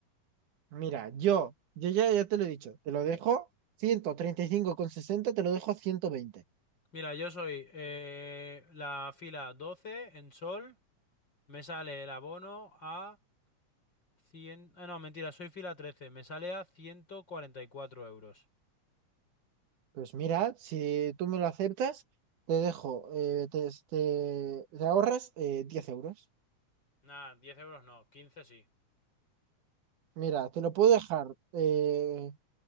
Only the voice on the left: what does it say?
Mira, yo soy eh, la fila 12 en sol, me sale el abono a 100. Ah, no, mentira, soy fila 13, me sale a 144 euros.
Nah, diez euros no, 15 sí.